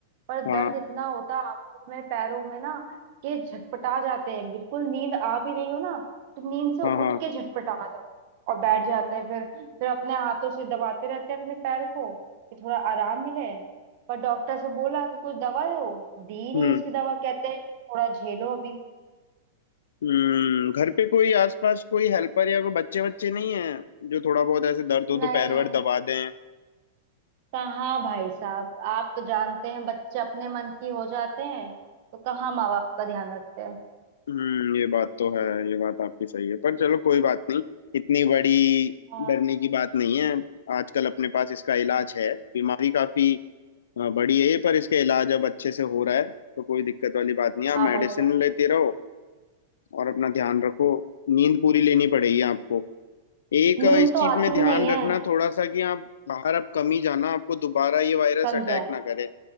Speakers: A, on the right (about 50°); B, on the left (about 90°).
A: पर
B: हाँ
A: दर्द इतना होता है आंखों में पैरों में ना कि झटपटा जाते हैं बिल्कुल नींद आ भी रही हो ना तुम नींद से उठ
B: हाँ हाँ
A: के झटपटा जाओ और बैठ जाते हैं फिर फिर अपने हाथों से दबाते रहते हैं अपने पैर को कि थोड़ा आराम मिले पर डॉक्टर से बोला कि कुछ दवा दो दी नहीं
B: हम्म
A: इसकी दवा कहते हैं कि थोड़ा झेलो अभी
B: हम्म घर पे कोई आसपास कोई हेल्पर या कोई बच्चे बच्चे नहीं है जो थोड़ा बहुत ऐसे दर्द हो तो
A: नहीं
B: पैर वैर दबा दें
A: कहाँ भाई साहब आप तो जानते हैं बच्चे अपने मन की हो जाते हैं तो कहाँ माँ बाप का ध्यान रखते
B: हम्म ये बात तो है ये बात आपकी सही है पर चलो कोई बात नहीं इतनी बड़ी
A: हैं
B: डरने की बात नहीं है आजकल अपने पास इसका इलाज है बीमारी काफी अ, बड़ी है ये, पर इसका इलाज अब अच्छे से हो रहा है तो कोई दिक्कत वाली बात नहीं है
A: हाँ
B: आप मेडिसिन
A: भाई साहब
B: लेते रहो और अपना ध्यान रखो नींद पूरी लेनी पड़ेगी आपको एक
A: नींद
B: अ, इस
A: तो
B: चीज
A: आती
B: में ध्यान
A: ही नहीं
B: रखना
A: है
B: थोड़ा सा कि आप बाहर अब कम ही जाना आपको दोबारा ये वायरस
A: समझा
B: अटैक
A: है
B: ना करे